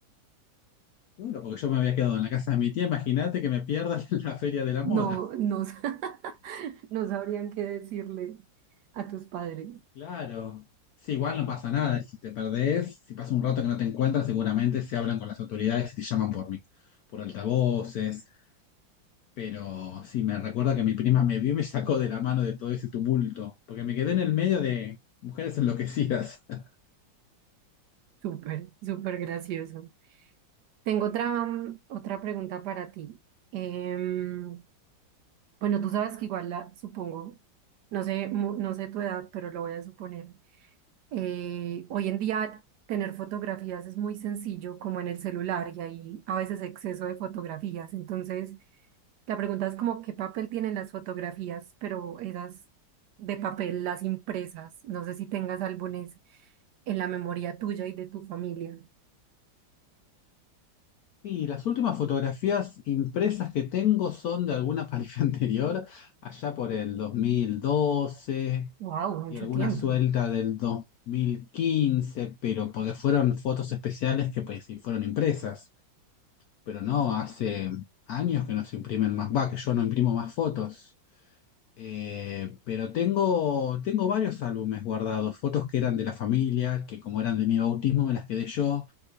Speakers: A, on the left; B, on the right.
A: Claro, porque yo me había quedado en la casa de mi tía, imagínate que me pierdas <laughs> en la feria de la
B: No,
A: moda.
B: no, sa- <laughs> no sabrían qué decirle a tus padres.
A: Claro. Sí, igual no pasa nada, si te perdés, si pasa un rato que no te encuentran seguramente se hablan con las autoridades y te llaman por mí, por altavoces. Pero sí, me recuerda que mi prima me vio y me sacó de la mano de todo ese tumulto, porque me quedé en el medio de mujeres enloquecidas. <laughs>
B: Súper, súper gracioso. Tengo otra, mm, otra pregunta para ti. Em, bueno, tú sabes que igual la supongo, no sé, mu- no sé tu edad, pero lo voy a suponer. Eh, hoy en día tener fotografías es muy sencillo, como en el celular, y hay a veces exceso de fotografías. Entonces, la pregunta es como qué papel tienen las fotografías, pero esas de papel, las impresas. No sé si tengas álbumes en la memoria tuya y de tu familia.
A: Y las últimas fotografías impresas que tengo son de alguna pareja <laughs> anterior, allá por el 2012
B: Wow, mucho
A: y alguna
B: tiempo.
A: suelta del 2015, pero porque fueron fotos especiales que pues sí fueron impresas, pero no, hace años que no se imprimen más, va, que yo no imprimo más fotos. Eh, pero tengo, tengo varios álbumes guardados, fotos que eran de la familia, que como eran de mi bautismo me las quedé yo.